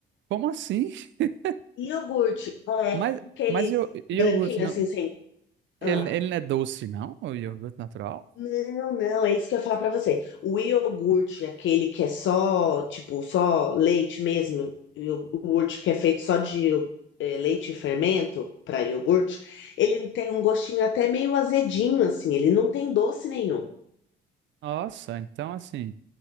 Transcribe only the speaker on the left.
Iogurte, é,
aqueles
branquinhos
assim, sem.
Ah.
Não, não, é isso que eu ia falar pra você. O iogurte, aquele que é só, tipo, só leite mesmo, iogurte que é feito só de eh, leite e fermento para iogurte, ele tem um gostinho até meio azedinho, assim, ele não tem doce nenhum.